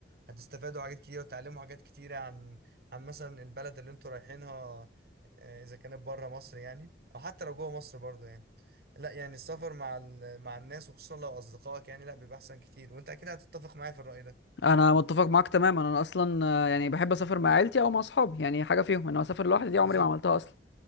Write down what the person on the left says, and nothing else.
انا متفق معاك تماما انا اصلا آه، يعني بحب اسافر مع عيلتي او مع اصحابي يعني حاجه فيهم انا اسافر لوحدي دي عمري
ما عملتها اصلا